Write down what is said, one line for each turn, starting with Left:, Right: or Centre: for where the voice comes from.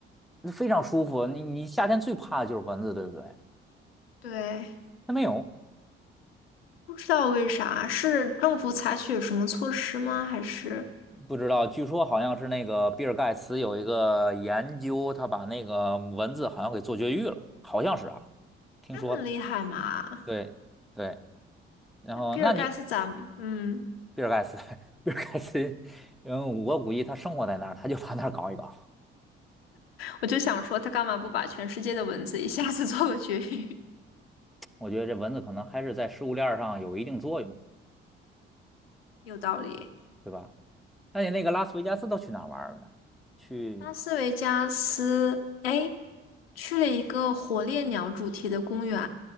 Centre: 那非常舒服。你你夏天最怕的就是蚊子，对不对？
Left: 对，
Centre: 它没有。
Left: 不知道为啥，是政府采取什么措施吗？还是
Centre: 不知道，据说好像是那个比尔盖茨有一个研究，他把那个蚊子好像给做绝育了，好像是啊，听说的。
Left: 这么厉害嘛？
Centre: 对对，然后那你
Left: 那比尔盖茨咋没嗯，
Centre: 比尔盖茨，<laughs> 比尔盖茨，因为我估计他生活在那儿，他就把那儿搞一搞。
Left: 我就想说，他干嘛不把全世界的蚊子一下子 <laughs> 做个绝育？
Centre: 我觉得这蚊子可能还是在食物链儿上有一定作用的，
Left: <laughs> 有道理。
Centre: 对吧？那你那个拉斯维加斯都去哪儿玩儿了呢？去，
Left: 拉斯维加斯，哎，去了一个火烈鸟主题的公园，